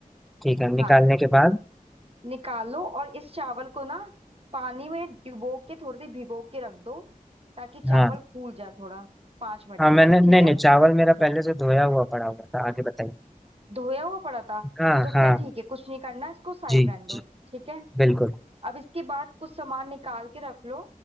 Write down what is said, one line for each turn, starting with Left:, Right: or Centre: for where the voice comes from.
Centre: ठीक है निकालने
Right: हाँ
Centre: के बाद
Right: निकाल लो और इस चावल को ना पानी में डुबो के थोड़ी देर भिगो के रख दो ताकि
Centre: हाँ
Right: चावल फूल जाए थोड़ा पांच मिनट
Centre: हाँ
Right: के
Centre: मैंने
Right: लिए
Centre: नहीं
Right: ठीक है
Centre: नहीं चावल मेरा पहले से धोया हुआ पड़ा हुआ था आगे बताइए
Right: धोया हुआ पड़ा था
Centre: हाँ
Right: तो
Centre: हाँ
Right: फिर ठीक है कुछ नहीं करना इसको साइड
Centre: जी
Right: रहने दो
Centre: जी
Right: ठीक है
Centre: बिल्कुल
Right: अब इसके बाद कुछ सामान निकाल के रख लो